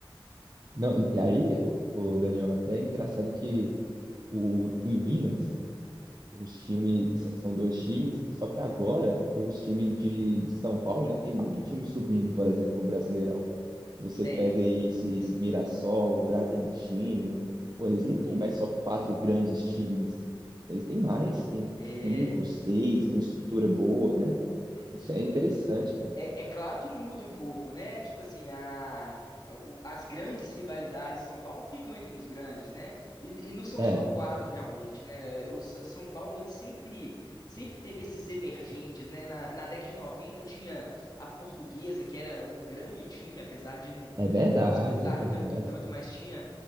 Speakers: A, on the right; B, on the left.
A: Não, e e aí, o, o Daniel, até é engraçado que o, em Minas os times são dois times, só que agora os times de, de São Paulo, né, tem muito time subindo, por exemplo, o Brasileirão. Você
B: Tem,
A: pega aí esse
B: tem sim.
A: Mirassol, o Bragantino, pô, eles não têm mais só quatro grandes times. Eles têm mais, tem
B: É,
A: cinco, seis, com estrutura boa, né?
B: é.
A: Isso é interessante, cara.
B: É, é claro que muda um pouco, né? Tipo assim, a, a- o- as grandes rivalidades de São Paulo ficam entre os grandes, né? E, e não são
A: É,
B: só quatro realmente, né? O S- São Paulo ali sempre, sempre teve esses emergentes, né? Na, na década de 90 tinha a Portuguesa, que era um grande time, apesar de não,
A: é verdade,
B: não disputar
A: é verdade.
B: tanto, tanto, mas tinha,